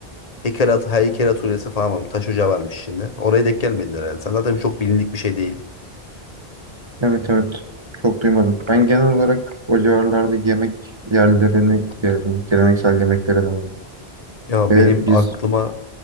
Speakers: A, on the left; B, on the right.
A: Heykel, at heykel atölyesi falan varmış. Taş ocağı varmış şimdi. Oraya denk gelmedin herhalde. Sen zaten çok bilindik bir şey değil.
B: Evet evet çok duymadım. Ben genel olarak o civarlarda yemek yerlerini gezdim. Geleneksel yemeklere denedim.
A: Ya
B: Ve
A: benim
B: biz
A: aklıma